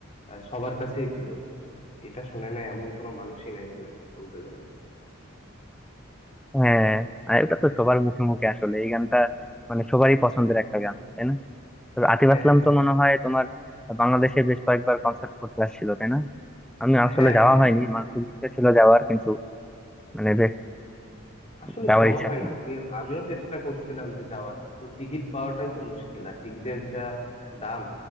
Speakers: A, on the left (about 35°); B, in the centre.
A: আহ, সবার কাছেই প্রিয় এটা শুনে নাই এমন কোনো মানুষই নাই মনে হয় বলতে গেলে
B: হ্যাঁ আর এটা তো সবার মুখে মুখে আসলে এই গানটা মানে সবারই পছন্দের একটা গান তাই না তবে আতিফ
A: হ্যাঁ
B: আসলাম
A: হ্যাঁ
B: তো মনে হয় তোমার বাংলাদেশে বেশ কয়েকবার কনসার্ট করতে আসছিল তাই না আমি আসলে
A: হ্যাঁ
B: যাওয়া হয়নি মানে খুব ইচ্ছা ছিল যাওয়ার কিন্তু মানে বেশ
A: আসলে
B: যাওয়ার
A: সময়
B: ইচ্ছা
A: হয়
B: ছিল
A: না আমিও আমিও চেষ্টা করছিলাম যে যাওয়ার তো টিকিট পাওয়াটাই তো মুশকিল আর টিকিটের যা দাম